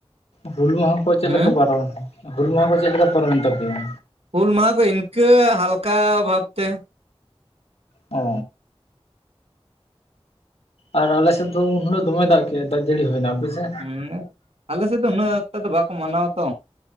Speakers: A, on the left (about 80°); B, on the right (about 80°).
A: ᱦᱩᱞ ᱢᱟᱦᱟ ᱠᱚ ᱪᱮᱫ
B: ᱦᱮᱸ
A: ᱞᱮᱠᱟ ᱵᱟᱨᱚᱢ ᱮᱱᱟ? ᱦᱩᱞ ᱢᱟᱦᱟ ᱠᱚ ᱪᱮᱫ ᱞᱮᱠᱟ ᱯᱚᱨᱚᱢᱮᱱ ᱛᱟᱯᱮᱭᱟ?
B: ᱦᱩᱞ ᱢᱟᱦᱟ ᱠᱚ ᱤᱱᱠᱟᱹ ᱦᱟᱞᱠᱟ ᱵᱷᱟᱵ ᱛᱮ᱾
A: ᱚ ᱟᱨ ᱟᱞᱮᱥᱮᱫ ᱫᱚ ᱩᱱ ᱦᱩᱞᱳᱜ ᱫᱚᱢᱮ ᱫᱟᱜ ᱠᱮᱜ-ᱟᱭ ᱫᱟᱜ ᱡᱟᱹᱲᱤ ᱦᱩᱭᱱᱟ, ᱟᱯᱮᱥᱮ?
B: ᱦᱩᱸ ᱟᱞᱮ ᱥᱮᱫ ᱫᱚ ᱩᱱᱟᱹᱜ ᱚᱠᱛᱚ ᱫᱚ ᱵᱟᱠᱚ ᱢᱟᱱᱟᱣᱟ ᱛᱚ᱾